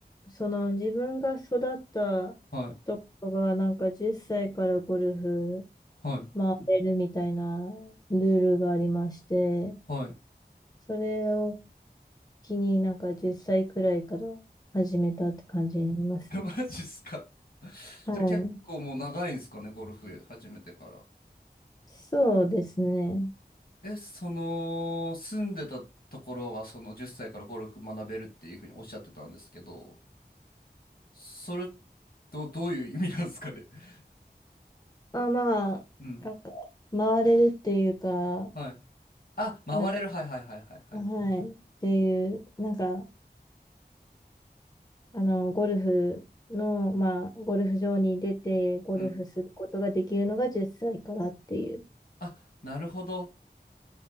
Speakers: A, on the left (about 20°); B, on the left (about 60°).
A: その自分が育ったところが、
B: はい
A: なんか10歳からゴルフ
B: はい
A: 回れるみたいなルールがありまして、
B: はい。
A: それを機になんか10歳くらいから始めたって感じになりますね。
B: <laughs> マジっすか。<laughs>
A: はい。
B: じゃあ結構もう長いんですかねゴルフ始めてから。
A: そうですね。
B: え、その、住んでたところが、その10歳からゴルフ学べるっていうふうにおっしゃってたんですけど、それとどういう意味なんですかね。<laughs>
A: あ、まあ、
B: うん。
A: なんか、回れるっていうか、
B: はい。あ、回れる。
A: な、
B: はいはいはいはいはい。
A: はい。っていう、なんか、あの、ゴルフの、まあ、ゴルフ場に出て、ゴルフすることができるのが10歳からっていう、
B: うん。あ、なるほど。